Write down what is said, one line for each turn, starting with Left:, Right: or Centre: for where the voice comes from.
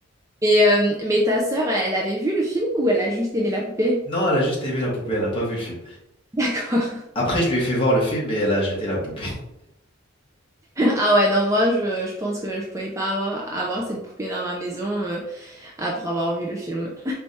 Right: Mais, euh, mais ta sœur, elle avait vu le film ou elle a juste aimé la poupée?
Left: Non, elle a juste aimé la poupée. Elle a pas vu le film.
Right: <laughs> D'accord.
Left: Après je lui ai fait voir le film et elle a jeté la poupée.
Right: Ah ouais, non, moi, je, je pense que je pouvais pas avoir, avoir cette poupée dans ma maison euh, après avoir vu le film.